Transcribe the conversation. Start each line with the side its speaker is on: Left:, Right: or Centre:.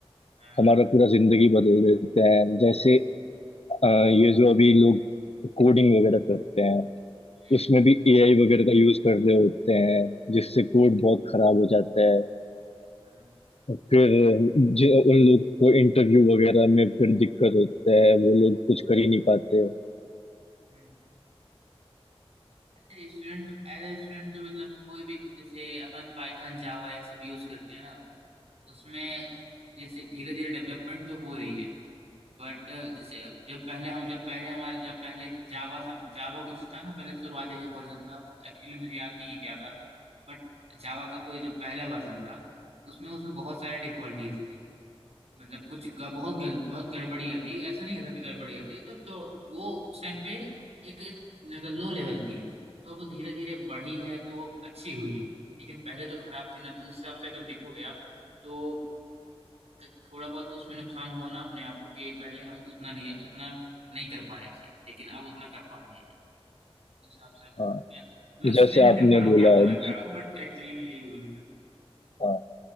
Right: हाँ
Left: हमारा पूरा जिंदगी बदल देते हैं जैसे अ, ये जो अभी लोग कोडिंग वगैरह करते हैं
Right: हम्म
Left: उसमें भी एआई वगैरह का यूज कर रहे होते हैं जिससे कोड बहुत खराब हो जाता है
Right: हाँ
Left: फिर जो उन लोग को इंटरव्यू वगैरह में फिर दिक्कत होता है वो लोग कुछ कर ही नहीं पाते
Right: हम्म। ऐसे स्टूडेंट एज ए स्टूडेंट मतलब कोई भी जैसे अपन पाइथन जावा ये सब यूज करते हैं ना उसमें जैसे धीरे धीरे डेवलपमेंट तो हो रही है बट जैसे अब जब पहले हम जब पहले हमारे जब पहले जावा सम जावा कुछ था ना पहले शुरुआती जो वर्जन था एक्चुअली मुझे याद नहीं है क्या था बट जावा का कोई जो पहला वर्जन था उसमें उसमें बहुत सारे डिफॉल्टीज थे मतलब कुछ ग, बहुत गल, बहुत गड़बड़ियाँ थी ऐसा नहीं कह सकते गड़बड़ियाँ थी तो, तो वो उस टाइम पे एक मतलब लो लेवल थी तो अब धीरे धीरे बढ़ी है तो अच्छी हुई है लेकिन पहले तो खराब थी ना तो उस हिसाब से अगर देखोगे आप तो क- थोड़ा बहुत तो उसमें नुकसान हुआ ना अपने आप को कि पहले हम उतना नहीं उतना नहीं कर पा रहे थे लेकिन अब उतना कर पा रहे हैं उस हिसाब से अब-
Left: हाँ
Right: मैं मैं एक्सप्लेन
Left: जैसे
Right: नहीं
Left: आपने
Right: कर पा रहा हूँ
Left: बोला
Right: क्या बोलना चाह
Left: ज-
Right: रहा हूँ बट एक्चुअली मैं यही बोलना चाह रहा
Left: हाँ